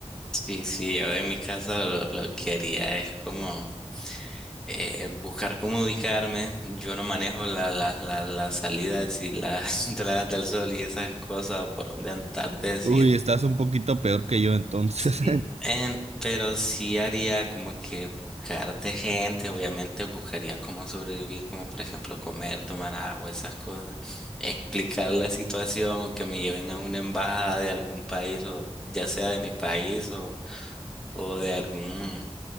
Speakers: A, in the centre; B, on the right.
A: Sí, sí, yo en mi casa lo, lo que haría es como eh, buscar cómo ubicarme. Yo no manejo la, la, la- las salidas y las <laughs> entradas del sol y esas cosas, o por dónde andar, decir.
B: Uy, estás un poquito peor que yo entonces.
A: Sí,
B: <laughs>
A: en- pero sí haría como que buscar de gente, obviamente buscaría cómo sobrevivir, como por ejemplo comer, tomar agua, esas cosas, explicar la situación o que me lleven a una embajada de algún país o ya sea de mi país o, o de algún